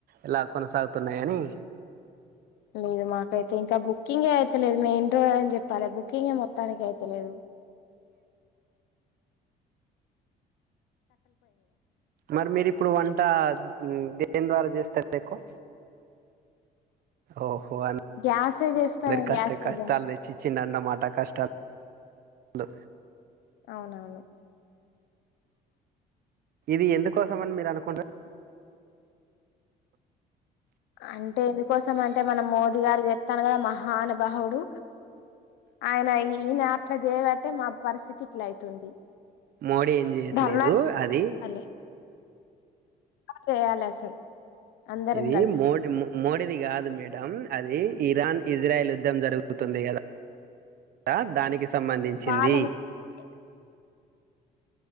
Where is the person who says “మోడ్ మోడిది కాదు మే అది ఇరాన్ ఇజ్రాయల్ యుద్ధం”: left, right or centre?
Right